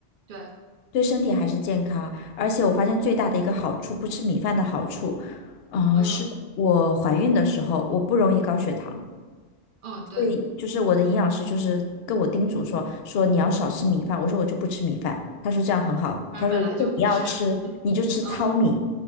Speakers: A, on the right; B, on the left.
A: 对，
B: 对身体还是健康，而且我发现最大的一个好处，不吃米饭的好处，啊，
A: 嗯
B: 是我怀孕的时候我不容易高血糖，
A: 嗯对，
B: 所以就是我的营养师就是跟我叮嘱说说你要少吃米饭，我说我就不吃米饭，他说这样很好，
A: 反正本来就不吃，
B: 他说如果你要吃你就吃糙米，
A: <laughs> 嗯